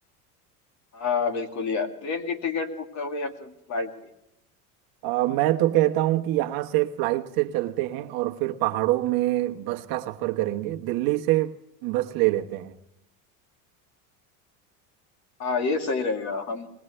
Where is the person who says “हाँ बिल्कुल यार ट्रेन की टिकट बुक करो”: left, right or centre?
Left